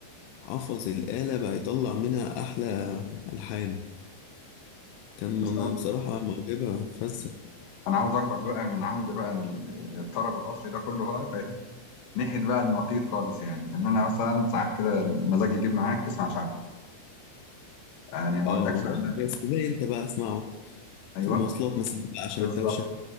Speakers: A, on the left (about 85°); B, on the left (about 70°).
A: حفظ الاله بقى يطلع منها احلى الحان كان
B: بس
A: انا بصراحه معجبه فزه
B: انا عاوز اخدك بقى من عند بقى ال- الطرب الاصلي ده كله بقى فاهم ناحيه بقى النقيض خالص يعني ان انا مثلا ساعات كده المزاج يجيب معاك تسمع شعبي يعني ما
A: اه
B: اقولكش
A: ده
B: على
A: بس ده انت بقى اسمعه
B: ايوه
A: في المواصلات مثلا بقى عشان
B: بالظبط
A: الدوشه